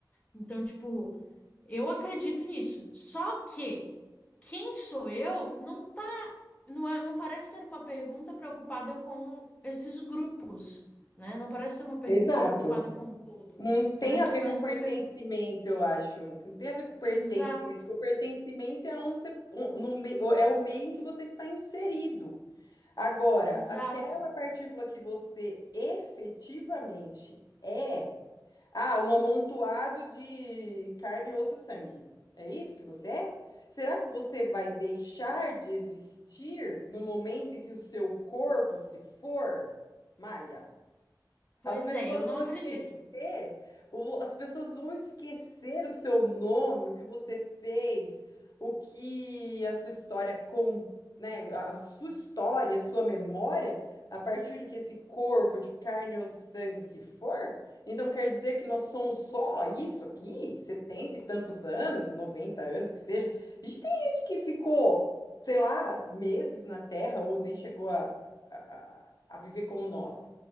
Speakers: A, on the left; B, on the left.
A: Então, tipo, eu acredito nisso. Só que quem sou eu não Não é, não parece ser uma pergunta preocupada com esses grupos, né? Não parece ser uma pergunta
B: Exato.
A: preocupada com o todo.
B: Não tem
A: Parece
B: a ver
A: ser mais
B: com pertencimento,
A: uma pergunta.
B: eu acho. Não tem a ver com pertencimento.
A: Exato,
B: Porque pertencimento é onde você, no meio, é o meio em que você está inserido. Agora,
A: exato.
B: aquela partícula que você efetivamente é, ah, um amontoado de carne, osso e sangue. É isso que você é? Será que você vai deixar de existir no momento em que o seu corpo se for, Maia?
A: Pois
B: As pessoas
A: é, eu
B: vão
A: não acredito.
B: esquecer o- As pessoas vão esquecer o seu nome, o que você fez, o que a sua história com, né, a a sua história, a sua memória, a partir do que esse corpo de carne, osso e sangue se for. Então quer dizer que nós somos só isso aqui? setenta e tantos anos, 90 anos que seja. A gente tem gente que ficou, sei lá, meses na Terra ou nem chegou a, a, a a viver como nós.